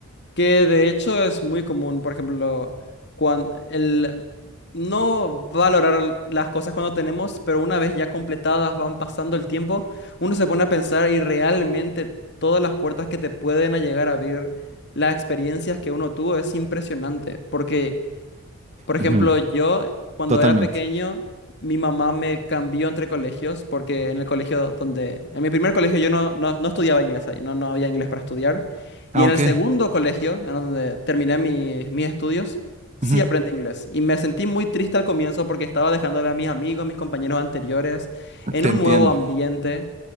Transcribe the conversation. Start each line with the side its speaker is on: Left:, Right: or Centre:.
Left: Que de hecho es muy común, por ejemplo, cuando el no valorar las cosas cuando tenemos, pero una vez ya completadas van pasando el tiempo, uno se pone a pensar y realmente todas las puertas que te pueden a llegar a abrir, las experiencias que uno tuvo es impresionante, porque por ejemplo,
Right: Ujú.
Left: yo cuando
Right: Totalmente.
Left: era pequeño, mi mamá me cambió entre colegios porque en el colegio donde, en mi primer colegio yo no, no, no estudiaba inglés ahí, no, no había inglés para estudiar. Y
Right: Ah,
Left: en
Right: ok.
Left: el segundo colegio, en donde terminé mi- mis estudios, sí
Right: Ujú.
Left: aprendí inglés. Y me sentí muy triste al comienzo porque estaba dejándole a mis amigos, mis compañeros anteriores, en
Right: Te
Left: un
Right: entiendo.
Left: nuevo ambiente.